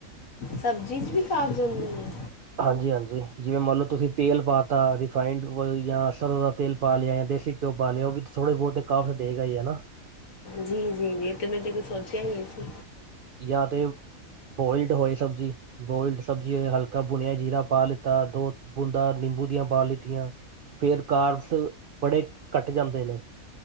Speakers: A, on the left; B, on the right.
A: ਸਬਜ਼ੀ ਚ ਵੀ ਕਾਬਸ ਹੋੜੇ ਹੈ।
B: ਹਾਂਜੀ ਹਾਂਜੀ ਜਿਵੇਂ ਮੰਨ ਲਓ ਤੁਸੀਂ ਤੇਲ ਪਾਤਾਾ ਰਿਫਾਇਡ ਜਾਂ ਅਸਰ ਦਾ ਤੇਲ ਪਾ ਲਿਆ ਜਾਂ ਦੇਸੀ ਘਿਓ ਪਾ ਲਿਆ ਉਹ ਵੀ ਥੋੜੇ ਬਹੁਤ ਕਾਫ਼ਤ ਹੈਗਾ ਹੀਾ।
A: ਜੀ ਜੀ ਤੇ ਮੈਂ ਤੇ ਕੋ ਸੋਚਿਆ ਹੀ ਨਹੀਂ ਸੀ।
B: ਜਾਂ ਤੇ ਬੋਇਲਡ ਹੋਏ ਸਬਜ਼ੀ ਬੋਇਲਡ ਸਬਜ਼ੀ ਹੋ ਹਲਕਾ ਭੁਣਿਆ ਜੀਰਾ ਪਾ ਲਿੱਤਾ ਦੋ ਬੂੰਦ ਨਿੰਬੂ ਦੀਆਂ ਪਾ ਲਿੱਤੀਆਂ ਫੇਰ ਕਾਰਬਸ ਬੜੇ ਕੱਟ ਜਾਂਦੇ ਨੇ